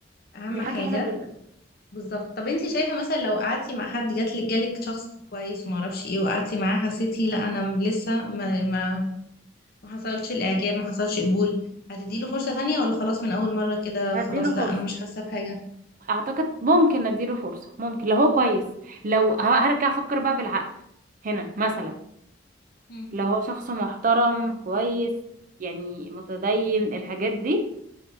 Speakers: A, on the left; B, on the right.
A: اهم
B: دي حاجة
A: حاجه
B: حلوة جدا
A: بالظبط طب انت شايفه مثلا لو قعدتي مع حد جات لك جالك شخص كويس وما اعرفش ايه وقعدتي معاه حسيتي لا انا لسه ما ما ما حصلش الاعجاب ما حصلش قبول هتديله فرصة تانية ولا خلاص من اول مرة كده
B: هديله
A: خلاص
B: فرصة
A: لا انا مش حاسة بحاجة
B: اعتقد ممكن نديله فرصة ممكن لو هو كويس لو ه- هرجع افكر بقى بالعقل هنا مثلا
A: مم.
B: لو هو شخص محترم كويس يعني متدين الحاجات دي